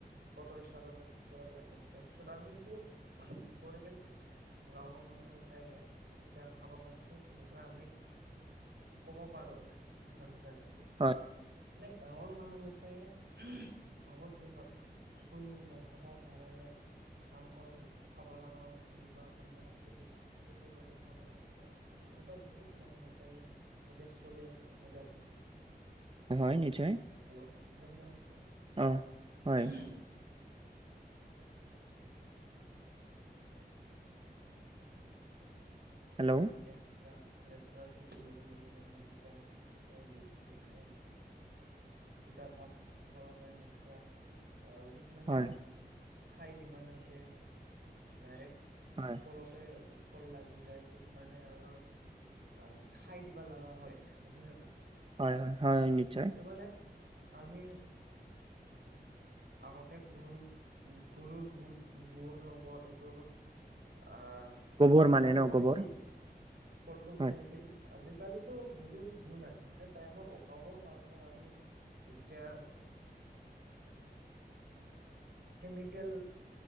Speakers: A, on the right; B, on the right.
A: বতৰ হিচাপে বত কৰা যায় তাৰপিছত আমি এইটো কৰি কেন গাঁৱৰ মানুহ এটাই এতিয়া খাবই পাইছোঁৱে এনেকুৱা আমি ক'ব পাৰোঁ আৰে নহয় জানো?
B: হয়।
A: মানে গাঁৱৰ মানুহকেইটাই আগৰ দিনত স্কুল নাথাকাৰ কাৰণে কাম কৰি খাব লগাও হৈছিল বা কোনোবাই খেতি খেতি কৰি খাব লগা হৈছে এনেকুৱা বহুত মানুহ গেটাই এতিয়া চলি আছে, নহয় জানো?
B: হয় নিশ্চয়।
A: হেল্ল' <unintelligible>
B: অ', হয়, হেল্ল'?
A: লেচৰা লেচৰাৰ খেতি বুলি বুলি আমি দুটা <unintelligible> দুটা ভাগ কৰা যায় লেচৰা কিছুমানে
B: হয়,
A: খাই দিবা নাংগে ডাইৰেক্ট।
B: হয়।
A: তলতে শল লাগি যায় কিছুমানে আৰ অ খাই দিবা লগা হয় নহয় জানো?
B: হয় হয় হয় হয় নিশ্চয়।
A: সেইটো মানে আমি আগতে গৰুৰ গৰুৰ গোট গৰুৰ লগত এইটো আহ
B: গোবৰ
A: ফলটো
B: মানে ন
A: উঠাইছিল।
B: গোবৰ?
A: ফলটো উঠাইছিল।
B: হয়,
A: আজিকালিত গৰুৰ গো নাই মানে টাইমৰ অভাৱৰ কাৰণে আমি এতিয়া কেমিকেল